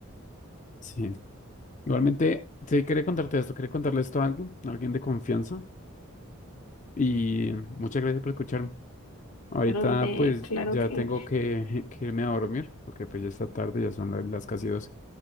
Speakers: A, on the left (about 35°); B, on the left (about 80°).
A: sí. Igualmente, sí, quería contarte esto, quería contarle esto a alguien, a alguien de confianza y muchas gracias por escucharme. Ahorita
B: Claro, bebé,
A: pues
B: claro
A: ya
B: que,
A: tengo que, <laughs> que irme a dormir porque pues ya está tarde, ya son la- las, casi dos